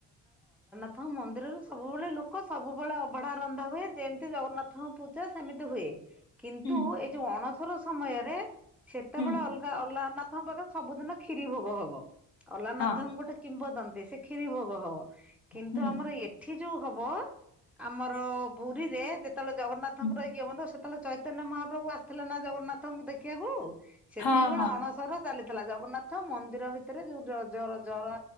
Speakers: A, in the centre; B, on the left (about 55°).
A: ହଁ ମନ୍ଦିରରୁ ସବୁବେଳେ ଲୋକ ସବୁବେଳେ ଅଭଢା ରନ୍ଧା ହୁଏ ଯେମିତି ଜଗନ୍ନାଥଙ୍କ ପୂଜା ସେମିତି ହୁଏ। କିନ୍ତୁ
B: ହୁଁ
A: ଏଇ ଯୋଉ ଅଣସର ସମୟରେ ସେତେବେଳେ
B: ହୁଁ
A: ଅଲଗା ଅଲଗ ତାଙ୍କ ପାଖରେ ସବୁଦିନ କ୍ଷୀରି ଭୋଗ ହବ ଅଲାନାଥଙ୍କୁ
B: ହଁ
A: ଗୋଟେ କିମ୍ବଦନ୍ତୀ ସେ କ୍ଷୀରି ଭୋଗ ହ କିନ୍ତୁ
B: ହୁଁ
A: ଆମର ଏଠି ଯୋଉ ହବ ଆମର ପୁରୀରେ ସେତେବେଳେ ଜଗନ୍ନାଥଙ୍କୁ
B: ହୁଁ
A: ରଇକି ସେତେବେଳେ ଚୈତନ୍ୟ ମହାପ୍ରଭୁ ଆସିଥିଲେ ନା ଜଗନ୍ନାଥଙ୍କୁ ଦେଖିବାକୁ ସେତିକି
B: ହଁ
A: ଭେଳେ
B: ହଁ
A: ଅଣସର ଚାଲିଥିଲା ଜଗନ୍ନାଥ ମନ୍ଦିର ଭିତରେ ଯୋଉ ଜ ଜର